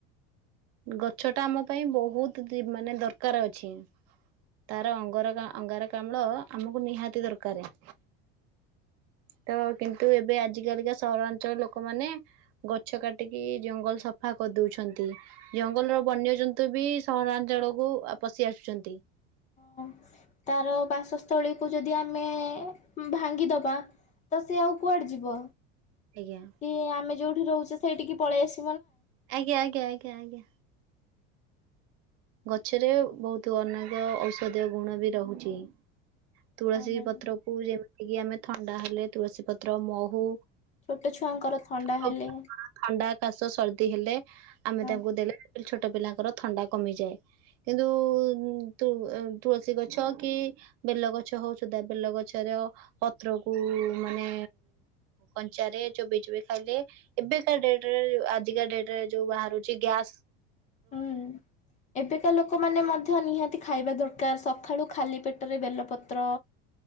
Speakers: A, on the right (about 55°); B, on the left (about 25°).
A: ଗଛ ଟା ଆମ ପାଇଁ ବହୁତ ଦି ମାନେ ଦରକାର ଅଛି। ତାର ଅଙ୍ଗର ଅଙ୍ଗାରକାମ୍ଳ ଆମକୁ ନିହାତି ଦରକାରେ ହ ତ କିନ୍ତୁ ଏବେ ଆଜି କାଲିକା ସହରାଞ୍ଚଳ ଲୋକମାନେ ଗଛ କାଟିକି ଜଙ୍ଗଲ ସଫା କଦୋଉଛନ୍ତି। ଜଙ୍ଗଲର ବନ୍ୟଜନ୍ତୁ ବି ସହରାଞ୍ଚଳକୁୁ ପଶି ଆ ଆସୁଛନ୍ତି।
B: ହଁ ତାର ବାସସ୍ଥଳୀକୁ ଯଦି ଆମେ ଭାଙ୍ଗିଦବା ତ ସିଏ ଆଉ କୁଆଡେ ଯିବ
A: ଆଜ୍ଞା
B: ସିଏ ଆମେ ଯୋଉଠି ରହୁଛେ ସେଠିକି ପଳେଇ ଆସ
A: ଆଜ୍ଞା ଆଜ୍ଞା ଆଜ୍ଞା ଆଜ୍ଞା। ଗଛରେ ବହୁତ ଅନେକ ଔଷଧ ଗୁଣ ବି ରହୁଛି ତୁଳସୀ
B: ହଁ ମ୍ୟାଡାମ
A: ପତ୍ର କୁ ଯେମିତି କିି ଆମେ ଥଣ୍ଡା ହେଲେ ତୁଳସୀ ପତ୍ର ମହୁ
B: ଛୋଟ ଛୁଆଙ୍କର ଥଣ୍ଡା
A: ଛୋଟ
B: ହେଲେ
A: ଛୁଆଙ୍କର ଥଣ୍ଡା କାଶ ସର୍ଦି ହେଲେ ଆମେ
B: ହଁ
A: ତାଙ୍କୁ ଦେଲେ ଛୋଟ ପିଲାଙ୍କର ଥଣ୍ଡା କମିଯାଏ କିନ୍ତୁ ତୁ ଏ ତୁଳସୀ ଗଛ କି ବେଲଗଛ ହଉ ସୁଧା ବେଲଗଛର ପତ୍ରକୁ ମାନେ କଞ୍ଚାରେ ଚୋବଇ ଚୋବେଇ ଖାଇଲେ ଏବେକା ଡେଟ ଆଜିକା ଡେଟ ରେ ଯୋଉ ବାହାରୁଛି ଗ୍ୟାସ୍
B: ହୁଁ ଏବେକା ଲୋକମାନେ ମଧ୍ୟ ନିହାତି ତି ଖାଇବା ଦରକାର ସଖାଳୁ ଖାଲି ପେଟ ରେ ବେଳ ପତ୍ର